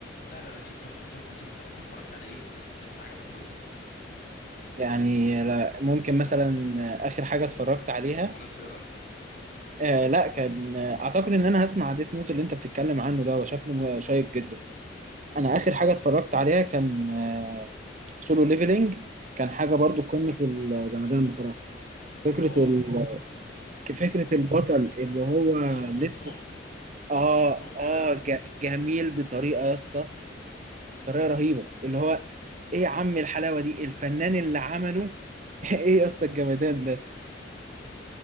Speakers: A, on the left (about 45°); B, on the right (about 40°).
A: لا لا لا كان تحفه تحفه تحفه انت اتفرجت على ايه الفتره اللي فاتت عجبك قوي كده
B: يعني لا ممكن مثلا اخر حاجه اتفرجت عليها
A: ولا انت ايه رايك
B: آه لا كان آه، اعتقد ان انا هسمع ديس نوت اللي انت بتتكلم عنه ده وشكله شيق جدا انا اخر حاجه اتفرجت عليها كان آه سولو ليفلينج كان حاجه برضو قمه الجمدان بصراحه فكره
A: اوف
B: ال- فكرة البطل اللي هو
A: جون
B: لسه
A: وو سونج جون
B: اه
A: وو سونج
B: اه
A: ده
B: ج- جميل بطريقة يا اسطى طريقة رهيبة اللي هو ايه يا عم الحلاوة دي الفنان اللي عمله <laughs> ايه يا اسطى الجمدان ده